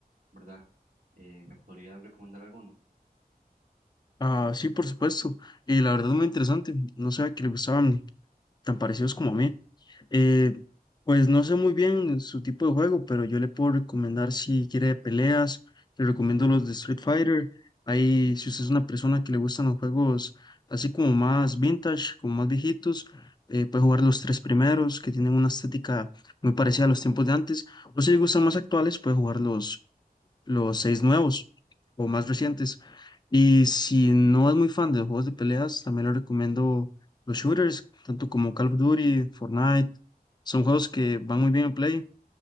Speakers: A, on the right; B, on the left.
A: ¿verdad? Eh, ¿me podría recomendar alguno?
B: Ah, sí, por supuesto. Y la verdad es muy interesante. No sabía que le gustaban tan parecidos como a mí. Eh, pues no sé muy bien su tipo de juego, pero yo le puedo recomendar si quiere de peleas, le recomiendo los de Street Fighter. Ahí, si usted es una persona que le gustan los juegos así como más vintage, como más viejitos, eh, puede jugar los tres primeros que tienen una estética muy parecida a los tiempos de antes. O si le gustan más actuales, puede jugar los, los seis nuevos o más recientes. Y si no es muy fan de los juegos de peleas, también le recomiendo los shooters, tanto como Call of Duty, Fortnite. Son juegos que van muy bien en Play